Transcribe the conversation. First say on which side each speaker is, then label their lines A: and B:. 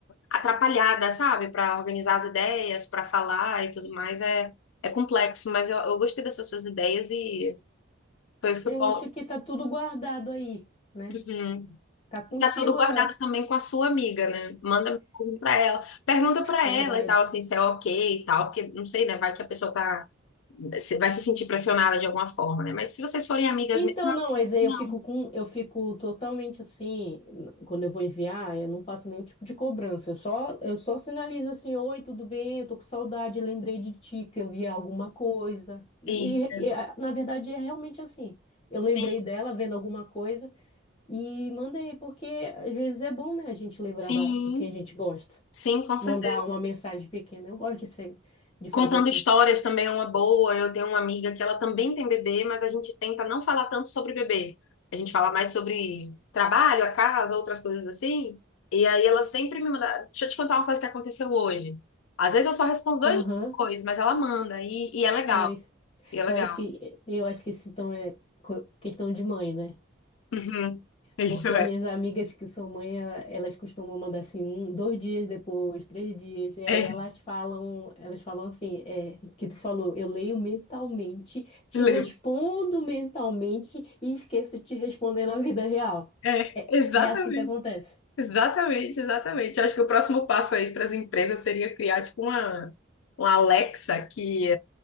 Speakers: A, on the left (about 75°); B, on the left (about 30°).
A: atrapalhada, sabe? Para organizar as ideias, para falar e tudo mais. É, é complexo, mas eu, eu gostei dessas suas ideias e foi, foi
B: Eu
A: bom.
B: acho que tá tudo guardado aí, né?
A: Uhum.
B: Tá contigo
A: Tá tudo guardado
B: a
A: também com a sua amiga, né? Manda mensagem pra ela. Pergunta pra
B: verdade.
A: ela e tal, assim, se é ok e tal, porque não sei, né? Vai que a pessoa tá. se- Vai se sentir pressionada de alguma forma, né? Mas se vocês forem amigas
B: Então,
A: mesmo,
B: não, mas aí
A: não.
B: eu fico com, eu fico totalmente assim, quando eu vou enviar, eu não faço nenhum tipo de cobrança. Eu só, eu só sinalizo assim, oi, tudo bem? Eu tô com saudade, lembrei de ti, que eu vi alguma coisa. E,
A: Isso.
B: e- e, a- na verdade é realmente assim. Eu
A: Sim,
B: lembrei dela vendo alguma coisa e mandei, porque às vezes é bom, né, a gente lembrar
A: sim,
B: da- de quem a gente gosta.
A: sim, com certeza.
B: mandar uma mensagem pequena. Eu gosto de ser, de fazer
A: Contando
B: assim.
A: histórias também é uma boa. Eu tenho uma amiga que ela também tem bebê, mas a gente tenta não falar tanto sobre bebê. A gente fala mais sobre trabalho, a casa, outras coisas assim. E aí ela sempre me manda. Deixa eu te contar uma coisa que aconteceu hoje. Às vezes eu só respondo dois
B: Aham,
A: dias depois, mas ela manda. E, e é legal.
B: então é isso.
A: E é legal.
B: Eu acho que eu acho que isso então é co- questão de mãe, né?
A: Uhum. Isso
B: Porque
A: é.
B: as minhas amigas que são mãe, ela- elas costumam mandar assim, um, dois dias depois, três dias. E aí
A: É,
B: elas falam, elas falam assim, é, que tu falou, eu leio mentalmente, te
A: lembro.
B: respondo mentalmente e esqueço de te responder na vida real.
A: É,
B: É,
A: exatamente.
B: é assim que acontece.
A: Exatamente, exatamente. Eu acho que o próximo passo aí para as empresas seria criar, tipo, uma, uma Alexa que.